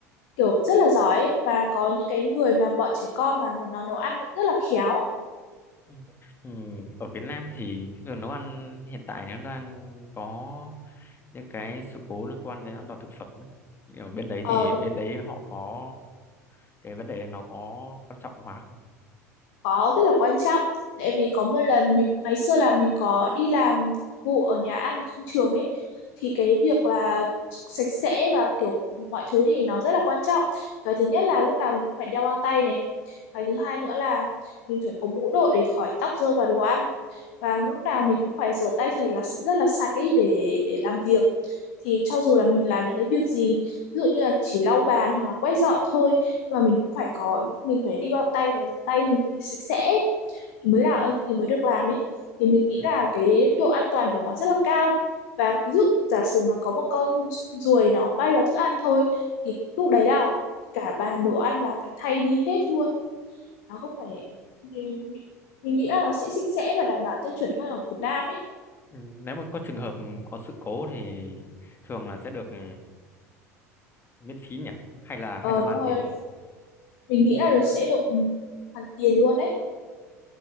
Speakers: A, on the left; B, on the left.
A: kiểu rất là giỏi ấy. và có những cái người mà bọn trẻ con mà nó nấu ăn cũng rất là khéo
B: Ừ. Ừ. Ở Việt Nam thì cái đường nấu ăn hiện tại nó đang có những cái sự cố liên quan đến an toàn thực phẩm. ấy. Ở bên đấy
A: ờ
B: thì
A: đúng
B: bên đấy họ có cái vấn đề nó có quan trọng hóa không?
A: có rất là quan trọng tại vì có một lần mình ngày xưa là mình có đi làm vụ ở nhà ăn trong trường ấy thì cái việc là sạch sẽ và kiểu mọi thứ thì nó rất là quan trọng cái thứ nhất là lúc nào mình cũng phải đeo bao tay này cái thứ hai nữa là mình phải có mũ đội để khỏi tóc rơi vào đồ ăn và lúc nào mình cũng phải rửa tay thật là rất là sạch ấy để để làm việc thì cho dù là mình làm những cái việc gì ví dụ như là chỉ lau bàn hoặc là quét dọn thôi mà mình cũng phải có mình phải đi bao tay và tay mình phải sạch sẽ thì mới là thì mới được làm ấy thì mình nghĩ
B: Ừ.
A: là cái độ an toàn của nó rất là cao và ví dụ giả sử mà có một con ruồi nó bay vào thức ăn thôi thì lúc đấy là cả bàn đồ ăn là phải thay đi hết luôn nó không phải mình, mình nghĩ là nó sẽ sạch sẽ và đảm bảo tiêu chuẩn hơn ở Việt Nam ấy
B: Ừ, Nếu mà có trường hợp có sự cố thì thường là sẽ được ừ, miễn phí nhỉ? Hay là hay
A: ờ
B: là hoàn
A: đúng rồi
B: tiền?
A: mình nghĩ là được sẽ được ừ, hoàn tiền luôn đấy